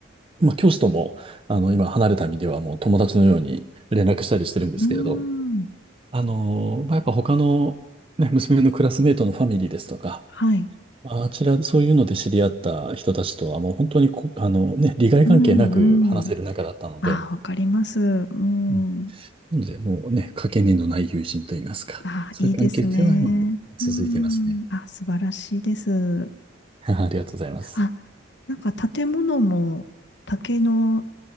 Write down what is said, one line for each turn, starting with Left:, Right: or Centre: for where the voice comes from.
Right: まあ、教師とも、あの、今離れた身ではもう友達のように連絡したりしてるんですけれど、
Left: うーん。
Right: あの、まあ、やっぱ他の、ね、娘のクラスメートのファミリーですとか、
Left: はい。
Right: まああちら、そういうので知り合った人たちとはもう本当にこ、あのね、利害関係なく話せる仲だったので、
Left: うん、うん。ああ、わかります。うん。
Right: うんなので、もうね、かけねのない友人といいますか、
Left: ああ、
Right: そういう関係性は今も続いていますね。
Left: いいですね。うん。あ、素晴らしいです。
Right: <laughs> ありがとうございます。
Left: あ、なんか建物も竹の